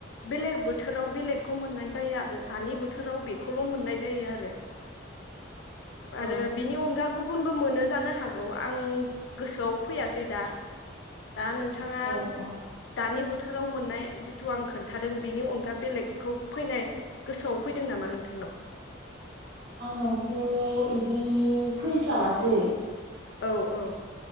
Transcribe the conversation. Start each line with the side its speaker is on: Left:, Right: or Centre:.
Left: बेलेग बोथोराव बेलेगखौ मोननाय जायो आरो दानि बोथोराव बे। बे खौल' मोननाय जायो आरो।
Right: औ
Left: आरो बिनि अनगा गुबुनबो। मोनो जानो हागौ आं गोसोआव फैयासै दा दा नोंथाङा
Right: औ औ
Left: दानि बोथोर बोथोराव मोननाय जिथु आं खोन्थादों बिनि अनगा बेलेगखौ फैनाय गोसोआव फैदों नामा नोंथां। नाव।
Right: आंनावथ' बिदि फैस्लाबासै।
Left: औ औ।